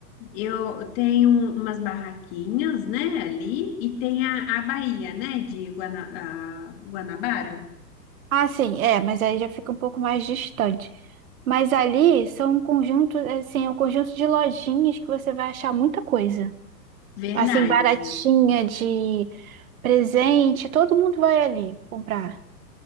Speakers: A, on the left; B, on the right.
A: Eu tenho umas barraquinhas, né, ali, e tem a, a Baía, né, de Guana, a Guanabara.
B: Ah, sim, é, mas aí já fica um pouco mais distante. Mas ali são um conjunto, assim, é um conjunto de lojinhas que você vai achar muita coisa.
A: Verdade.
B: Assim, baratinha de presente, todo mundo vai ali comprar.